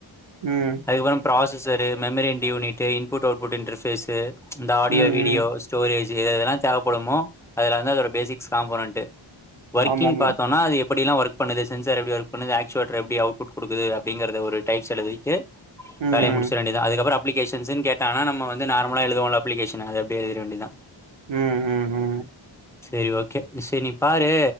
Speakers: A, on the right (about 70°); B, in the centre.
A: ம்
B: அதுக்கப்புறோ processor memory and unit input output interface இந்த ஆடியோ
A: ம்
B: வீடியோஸ்
A: ம்
B: ஸ்டோரேஜ் எது எதெல்லா தேவைப்படுமோ அதெல்லா தா அதோட பேசிக்ஸ் காம்போனட்டு ஒர்க்கிங்
A: ஆமாமா
B: பாத்தோனா அது எப்பிடிலா ஒர்க் பண்ணுது சென்சார் எப்டி ஒர்க் பண்ணுது ஆக்சுவட்டர் எப்டி அவுட்புட் குடுக்குது அப்டிங்கறது ஒரு டைப்ஸ் செலவூ இருக்கே
A: ம்
B: வேலய
A: ம்
B: முடிச்சுட வேண்டியது தா அதுக்கப்பறோ அப்ளிகேஷன்ஸ் கேட்டானா நம்ம வந்து நார்மல் நம்முளா எழுதுவோல அளிகேஷன் அப்டி எழுதிட வேண்டியதா
A: ம் ம் ம்
B: சரி ஓகே சரி நீ பாரு